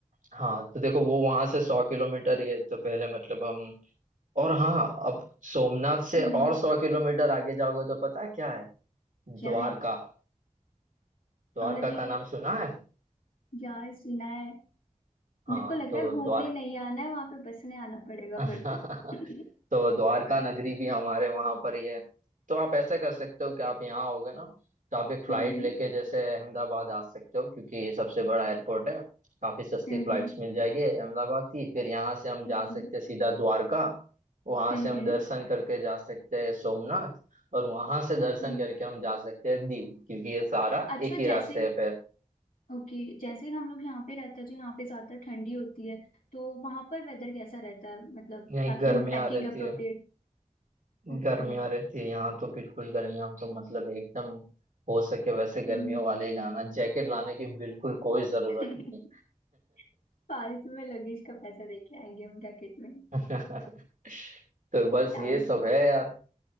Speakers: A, on the right; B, on the left.
A: हाँ तो देखो वो वहां से सौ किलोमीटर ये तो पहले मतलब हम और हाँ अब सोमनाथ से
B: हम्म,
A: और सौ किलोमीटर आगे जाओगे तो पता है क्या है द्वारका
B: क्या है
A: द्वारका
B: अरे
A: का नाम सुना है
B: यार सुना है
A: हाँ
B: मेरे को लग
A: तो
B: रहा है घूमने
A: द्वारका
B: नहीं आना है वहां पे बसने आना पड़ेगा
A: <laughs>
B: फिर तो <laughs>
A: तो द्वारका नगरी भी हमारे वहां पर ही है तो आप ऐसा कर सकते हो कि आप यहाँ आओगे ना तो आप एक फ्लाइट
B: हम्म हम्म
A: लेके जैसे अहमदाबाद आ सकते हो क्योंकि ये सबसे बड़ा एयरपोर्ट है काफी सस्ती
B: हम्म
A: फ्लाइट्स मिल जाएगी अहमदाबाद की फिर यहाँ से हम जा
B: ओके
A: सकते
B: हम्म okay,
A: हैं सीधा द्वारका वहां
B: हम्म
A: से हम
B: हम्म,
A: दर्शन करके जा सकते हैं सोमनाथ और वहां से दर्शन
B: हम्म।
A: करके हम जा सकते हैं दीव क्योंकि ये सारा
B: अच्छा
A: एक ही रास्ते
B: जैसे
A: पे है।
B: ओके जैसे हम लोग यहाँ पे रहते हैं तो यहाँ पे ज्यादा ठंडी होती है तो वहां पर वेदर कैसा रहता है मतलब
A: यहीं
B: ताकि
A: गर्मियाँ
B: हम पैकिंग
A: रहती
B: अप्रोप्रिएट
A: है
B: ओके
A: गर्मियाँ रहती है यहाँ तो बिल्कुल गर्मियाँ तो मतलब एकदम हो सके वैसे गर्मियों
B: हम्म
A: वाले ही लाना जैकेट लाने की बिल्कुल कोई जरूरत
B: <laughs>
A: नहीं
B: फालतू में लगेज का पैसा दे के आएंगे हम जैकेट में
A: है <laughs> तो बस
B: बताओ
A: ये सब
B: तुम
A: है यार